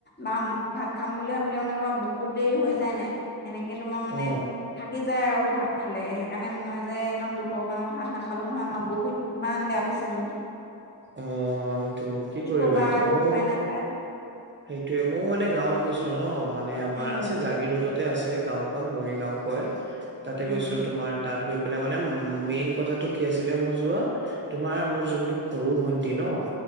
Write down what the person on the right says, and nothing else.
অ
অ', সেইটো কি কৰিবা
এতিয়া,
মোৰ
সেইটোয়ে ময়ও মানে গাঁৱত গৈছিলো ন' মানে আমাৰ
আছে জাগি ৰোডত তাতে আছে গাঁওখন মৰিগাঁও কয়, তাতে
গৈছিলো তোমাৰ। তাত গৈ পেলাই মানে মেইন কথাটো কি আছিলে মোৰ যোৱা, তোমাৰ মোৰ যোনটো সৰু ভন্টি ন,